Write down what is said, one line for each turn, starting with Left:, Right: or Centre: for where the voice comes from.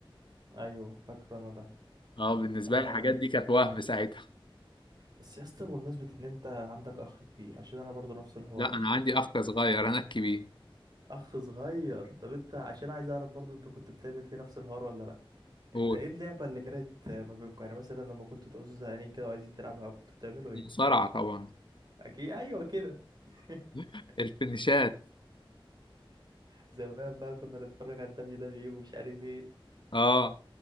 Right: ايوه فاكره انا ده
Left: اه بالنسبه
Right: آه.
Left: لي الحاجات دي كانت وهم ساعتها
Right: بس يا اسطى بمناسبة ان انت عندك اخ كبير عشان انا برضو نفس الحوار
Left: لا انا عندي اخ صغير انا الكبير
Right: اخ صغير طب انت عشان عايز اعرف برضو انت كنت بتعمل فيه نفس الحوار ولا لا انت
Left: هو
Right: ايه اللعبة اللي كانت ما بينكم يعني مثلا لما كنتوا تعوزوا زهقانين كده وعايزين تلعبها كنتوا بتعملوا ايه
Left: المصارعه طبعا
Right: اكيد ايوه كده <laughs>
Left: <laughs> الفينيشات
Right: زمان بقى كنا نتفرج على الدبليو دبليو ومش عارف ايه
Left: اه